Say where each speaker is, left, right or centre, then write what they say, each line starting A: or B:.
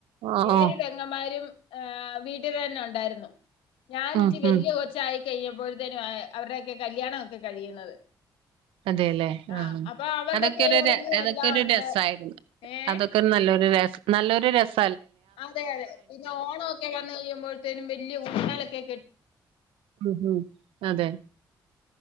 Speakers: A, on the right; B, on the left.
A: ഓ
B: ഏഴ്
A: ഓ
B: പെങ്ങന്മാരും. ഹ വീട്ടിൽ തന്നെ ഉണ്ടായിരുന്നു. ഞാൻ
A: ഉം
B: ഇച്ചി വലിയ
A: ഉം
B: കൊച്ചായി. കഴിഞ്ഞപ്പോഴത്തേനും അവരുടെയൊക്കെ കല്യാണം ഒക്കെ കഴിയുന്നത്.
A: അതെല്ലെ
B: ആഹ്
A: ആഹ
B: അപ്പൊ അവരുടെ
A: അതൊക്കെരു
B: കെയറിങ്ങും
A: അതൊക്കെ
B: എല്ലാം
A: ഒരു
B: ഉണ്ട്
A: രസമായിരുന്നു.
B: ഏഹ്
A: അതൊക്കെ നല്ലൊരു രസ് നല്ലൊരു രസ.
B: അതെ അതെ പിന്നെ ഓണഒക്കെ വന്നു കഴിയുമ്പോഴത്തേനും വലിയ ഊഞ്ഞാലൊക്കെ കെടി
A: ഉം ഉം അതെ